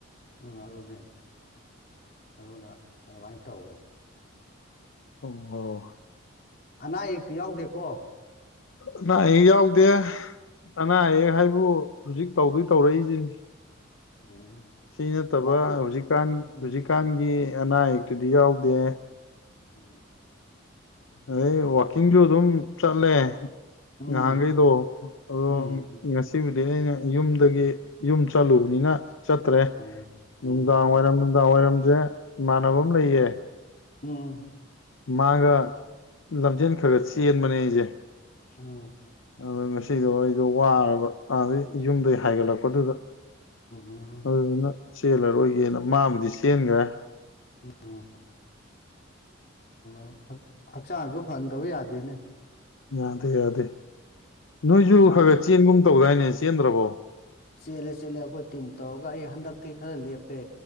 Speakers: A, on the left (about 45°); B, on the left (about 70°).
A: ꯎꯝ ꯑꯗꯨꯅꯦ ꯑꯗꯨꯅ ꯑꯗꯨꯃꯥꯏꯅ ꯇꯧꯋꯦ
B: ꯑꯣ ꯍꯣ
A: ꯑꯅꯥ ꯑꯌꯦꯛꯇꯤ ꯌꯥꯎꯗꯦꯀꯣ
B: ꯑꯅꯥ ꯑꯌꯦꯛ ꯌꯥꯎꯗꯦ ꯑꯅꯥ ꯑꯌꯦꯛ ꯍꯥꯏꯕꯨ ꯍꯧꯖꯤꯛ ꯇꯧꯗꯣꯏ ꯇꯧꯔꯛꯏꯁꯤꯅꯤ
A: ꯎꯝ
B: ꯁꯤ ꯅꯠꯇꯕ
A: ꯋꯥꯀꯤꯡ
B: ꯍꯧꯖꯤꯛꯀꯥꯟ
A: ꯎꯝ
B: ꯍꯧꯖꯤꯛꯀꯥꯟꯒꯤ ꯑꯅꯥ ꯑꯌꯦꯛꯇꯨꯗꯤ ꯌꯎꯗꯦ
A: ꯎꯝ
B: ꯑꯗꯩ ꯋꯥꯛꯀꯤꯡꯁꯨ ꯑꯗꯨꯝ ꯆꯠꯂꯦ
A: ꯎꯝ
B: ꯉꯍꯟꯈꯩꯗꯣ ꯑꯗꯣ
A: ꯎꯝ
B: ꯉꯁꯤꯕꯨꯗꯤ ꯑꯩꯅ ꯌꯨꯝꯗꯒꯤ ꯌꯨꯝ ꯆꯠꯂꯨꯕꯅꯤꯅ ꯆꯠꯇ꯭ꯔꯦ
A: ꯎꯝ ꯎꯝ
B: ꯅꯨꯡꯗꯥꯡ ꯋꯥꯏꯔꯝ ꯅꯨꯡꯗꯥꯡ ꯋꯥꯏꯔꯝꯁꯦ ꯏꯃꯥꯟꯅꯕ ꯑꯃ ꯂꯩꯌꯦ
A: ꯎꯝ
B: ꯃꯥꯒ ꯂꯝꯖꯦꯟ ꯈꯔ ꯒ ꯆꯦꯟꯕꯅꯦ ꯑꯩꯁꯦ
A: ꯎꯝ
B: ꯑꯩꯗꯣ ꯉꯁꯤꯗꯣ ꯑꯩꯗꯣ ꯋꯥꯔꯕ ꯑꯗꯩ ꯌꯨꯝꯗꯩ ꯍꯥꯏꯒꯠꯂꯛꯄꯗꯨꯗ
A: ꯎꯝ
B: ꯑꯗꯨꯗꯨꯅ ꯆꯦꯜꯂꯔꯣꯏꯒꯦꯅ ꯃꯥꯕꯨꯗꯤ ꯆꯦꯟꯈꯒ꯭ꯔꯦ
A: ꯎꯝ <inaudible> ꯍꯛꯆꯥꯡꯁꯨ ꯐꯍꯟꯗꯕ ꯌꯥꯗꯦꯅꯦ
B: ꯌꯥꯗꯦ ꯌꯥꯗꯦ ꯅꯣꯏꯁꯨ
A: ꯍꯛꯆꯥꯡ
B: ꯈꯔ ꯈꯔ
A: ꯐꯤꯠ
B: ꯆꯦꯟꯒꯨꯝ ꯇꯧꯗꯥꯏꯅꯦ ꯆꯦꯟꯗ꯭ꯔꯕꯣ
A: ꯆꯦꯜꯂꯦ ꯆꯦꯜꯂꯦ ꯑꯩꯈꯣꯏ ꯇꯤꯝ ꯇꯧꯔꯒ ꯑꯩ ꯍꯟꯗꯛ ꯇꯤ ꯈꯔ ꯂꯞꯄꯦ